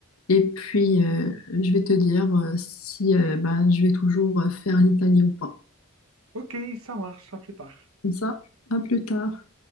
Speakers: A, on the left; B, on the right.
A: Et puis, euh, je vais te dire euh, si euh, bah, je vais toujours euh, faire l'Italie ou pas.
B: Ok, ça marche. À plus tard.
A: Comme ça, à plus tard.